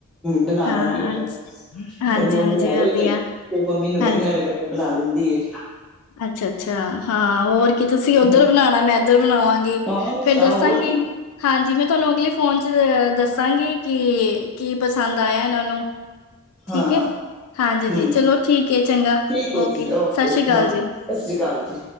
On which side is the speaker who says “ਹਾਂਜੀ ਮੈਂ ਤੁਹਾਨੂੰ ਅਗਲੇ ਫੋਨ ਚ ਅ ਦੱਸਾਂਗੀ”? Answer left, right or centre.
Left